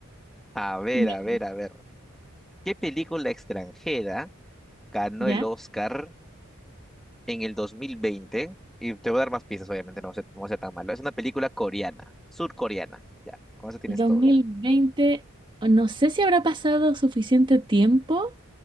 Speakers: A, in the centre; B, on the right.
A: A ver,
B: Ya.
A: a ver, a ver. ¿Qué película extranjera ganó
B: Ya,
A: el Oscar? en el dos mil veinte y te voy a dar más pistas, obviamente, no va a ser, no va a ser tan malo. Es una película coreana, surcoreana. Ya, con eso tienes
B: el dos
A: todo,
B: mil
A: ya.
B: veinte no sé si habrá pasado suficiente tiempo,